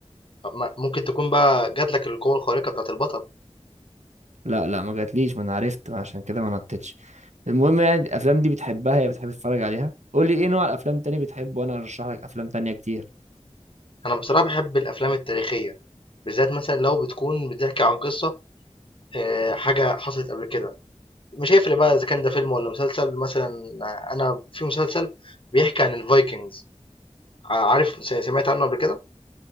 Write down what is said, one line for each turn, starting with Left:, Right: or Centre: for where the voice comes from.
Left: م ممكن تكون بقى جات لك القوة الخارقة بتاعة البطل.
Right: لا لا ما جاتليش ما انا عرفت ما عشان كده ما نطتش المهم يعني الافلام دي بتحبها يا بتحب تتفرج عليها قول لي ايه نوع الافلام تاني بتحبه وانا ارشح لك افلام تانية كتير
Left: أنا بصراحة باحب الأفلام التاريخية، بالذات مثلًا لو بتكون بتحكي عن قصة آآ، حاجة حصلت قبل كده، مش هيفرق بقى إذا كان ده فيلم والّا مسلسل. مثلًا أنا في مسلسل بيحكي عن الvikings ع عارف س سمعت عنه قبل كده؟